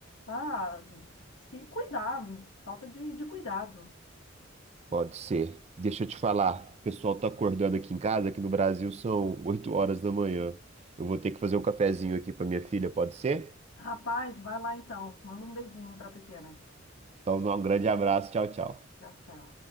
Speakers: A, on the left; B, on the right.
A: ah, se cuidar, falta de, de cuidado.
B: Pode ser. Deixa eu te falar. O pessoal tá acordando aqui em casa, aqui no Brasil são 8 horas da manhã. Eu vou ter que fazer um cafezinho aqui para minha filha, pode ser?
A: Rapaz, vai lá então. Manda um beijinho para a pequena.
B: Então, um grande abraço. Tchau, tchau.
A: Tchau, tchau.